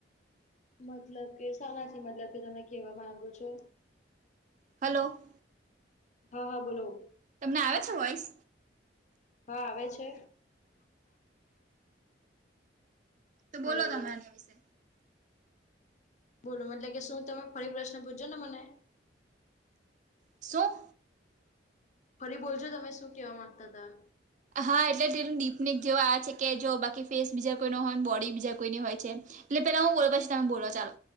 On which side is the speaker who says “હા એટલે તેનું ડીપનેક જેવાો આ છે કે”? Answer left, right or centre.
Right